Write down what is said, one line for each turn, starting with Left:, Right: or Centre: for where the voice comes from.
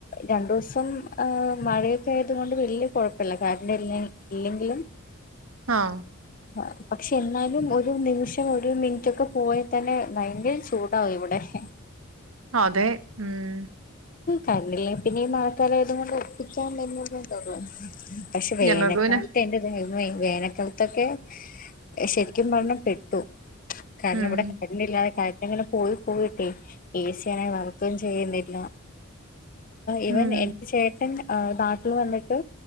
Left: രണ്ടു ദിവസം് മഴയൊക്കെ ആയത കൊൊണ്ട് വലിയ കുഴപ്പില്ല കാരണ്ട് ഇല്ല ഇല്ലെങ്കിലും
Right: ആങ്‌
Left: ആ പക്ഷെ എന്നാലും ഒരു നിമിഷം ഒരു മിനിറ്റ് ഒക്കെ പോയിൽ തന്നെ എങ്കിൽ ചൂടാവും ഇവിടെ ഏഹ്
Right: അതെ ഉം
Left: കണിൽ പിന്നെ ഈ മാത്താലായത കൊണ്ട് ഒപ്പിക്കാ വുന്നണ്ടള്ള പക്ഷെ വേനൽക്കാലത്ത്
Right: ഞങ്ങൾക്ക് പിന്നെ
Left: എന്റെത വേനക്കാൽത്തൊക്കെ ശരിക്കും പറഞ്ഞാൽ പെട്ടു- കാരണം
Right: ഉം
Left: ഇവിടെ കരണ്ട് ഇല്ലാതെ കരണ്ട് ഇങ്ങനെ പോയി പോയിട്ടെ എഏ സിയ ആണ ും ചെയ്യുന്നില്ല ഇവൻ
Right: ഉം
Left: എന്റെ ചേട്ടൻ നാട്ടിൽ വന്നിട്ട്